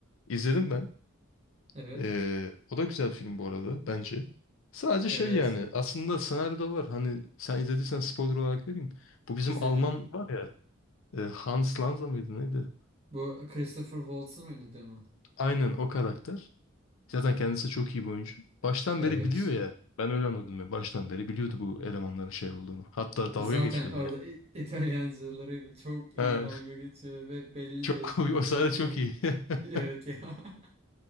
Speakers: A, on the left; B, on the right.
A: izledim ben.
B: Evet.
A: Ee, o da güzel film bu arada bence. Sadece
B: Evet
A: şey yani aslında senaryoda var. Hani sen izlediysen spoiler olarak vereyim. Bu bizim
B: izledim.
A: Alman var ya e, Hans Lanza mıydı neydi?
B: Bu Christopher Waltz'ın oynadığı mı?
A: Aynen o karakter. Zaten kendisi çok iyi bir oyuncu. Baştan
B: Evet.
A: beri biliyor ya. Ben öyle anladım ya. Baştan beri biliyordu bu elemanların şey olduğunu. Hatta dalga
B: Zaten
A: geçiyordu
B: orada
A: yani.
B: İ- İtalyancılarıyla çok iyi
A: <laughs>
B: dalga geçiyor ve belli
A: Çok
B: de etmiyor.
A: <laughs> o
B: Çok
A: sahne
B: fena.
A: çok iyi. <laughs>
B: <laughs> Evet ya. <laughs>